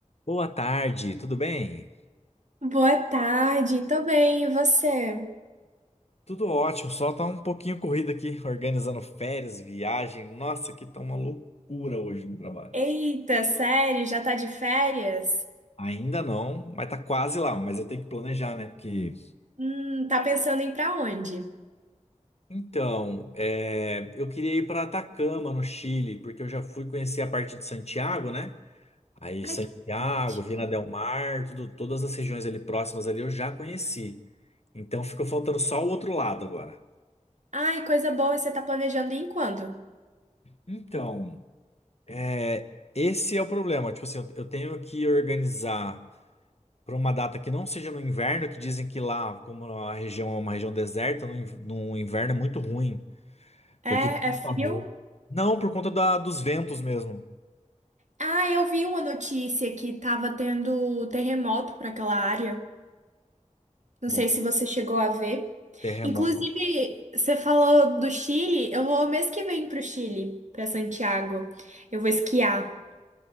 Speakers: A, on the left; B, on the right.
A: Boa tarde, tudo bem?
B: Boa tarde, tô bem, e você?
A: Tudo ótimo, só tá um pouquinho corrido aqui, <laughs> organizando férias, viagem. Nossa, que tá uma loucura hoje no trabalho.
B: Eita, sério, já tá de férias?
A: Ainda não, mas tá quase lá, mas eu tenho que planejar, né? Porque...
B: Hum, tá pensando em ir pra onde?
A: Então, é, eu queria ir pra Atacama, no Chile, porque eu já fui conhecer a parte de Santiago, né? Aí
B: Ai,
A: Santiago,
B: que ótimo.
A: Vina del Mar, tudo, todas as regiões ali próximas ali eu já conheci. Então ficou faltando só o outro lado agora.
B: Ai, coisa boa, você tá planejando ir em quando?
A: Então. É, esse é o problema. Tipo assim, eu, eu tenho que organizar para uma data que não seja no inverno, que dizem que lá, como a região é uma região deserta, no, in- no inverno é muito ruim,
B: É,
A: porque venta
B: é frio?
A: muito. Não, por conta da- dos ventos mesmo.
B: Ah, eu vi uma notícia que tava tendo terremoto pra aquela área. Não
A: Bom,
B: sei se você chegou a ver.
A: terremoto.
B: Inclusive, você falou do Chile, eu vou mês que vem pro Chile, pra Santiago. Eu vou esquiar.